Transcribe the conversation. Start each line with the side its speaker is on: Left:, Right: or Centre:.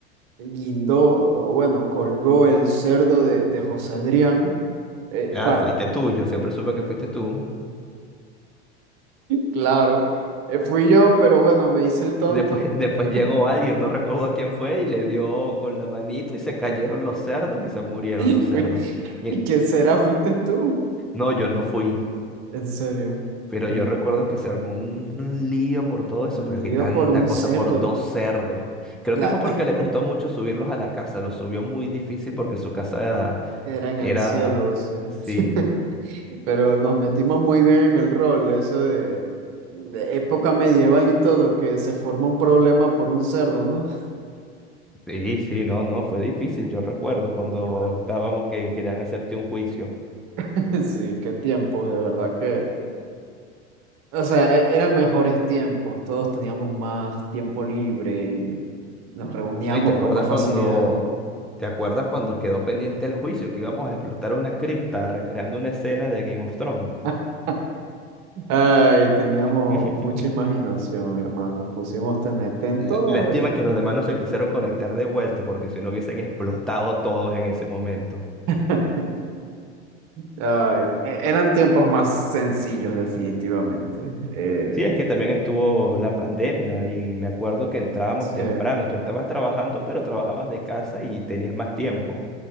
Right: guindó, o bueno, colgó el cerdo de, de José Adrián. eh,
Centre: Ah,
Right: pa-
Centre: fuiste tú, yo siempre supe que fuiste tú.
Right: claro, eh, fui yo, pero bueno, me hice el tonto.
Centre: Después, <laughs> después
Right: <laughs>
Centre: llegó alguien, no recuerdo quién fue, y le dio con la manito y se cayeron los cerdos y se murieron
Right: Y
Centre: los
Right: fui,
Centre: cerdos. Y-
Right: ¿y ¿Quién será? ¿Fuiste tú?
Centre: no, yo no fui.
Right: En serio.
Centre: Pero
Right: que
Centre: yo recuerdo que se armó un, un lío por todo
Right: Un
Centre: eso, pero
Right: lío
Centre: que tanta
Right: por un
Centre: cosa
Right: cerdo.
Centre: por dos cerdos. Creo
Right: La...
Centre: que fue porque
Right: <laughs>
Centre: le costó mucho subirlos a la casa, los subió muy difícil porque su casa
Right: Era en
Centre: era...
Right: el cielo, sí,
Centre: Sí,
Right: <laughs> Pero nos metimos muy bien en el rol, eso de, de época medieval y todo, que se forma un problema por un cerdo, ¿no?
Centre: sí, sí, no, no, fue difícil, yo recuerdo cuando
Right: Ah.
Centre: estábamos que querían hacerte un juicio.
Right: <laughs> Sí, qué tiempos, de verdad que. O sea, e- eran mejores tiempos, todos teníamos más tiempo libre y nos reuníamos
Centre: No, y te acuerdas
Right: con más facilidad.
Centre: cuando... ¿Te acuerdas cuando quedó pendiente el juicio, que íbamos a explotar una cripta recreando una escena de Game of Thrones?
Right: <laughs> Ay, teníamos
Centre: <laughs>
Right: mucha imaginación, hermano. Pusimos TNT en
Centre: L-
Right: todo
Centre: Lástima
Right: y...
Centre: que los demás no se quisieron conectar de vuelta porque si no hubiesen explotado todos en ese momento.
Right: <laughs> Ay, e- eran tiempos más sencillos, definitivamente. Eh,
Centre: Sí, es que también estuvo la pandemia y me acuerdo que entrábamos
Right: sí,
Centre: temprano. Tú estabas trabajando, pero trabajabas de casa y tenías más tiempo.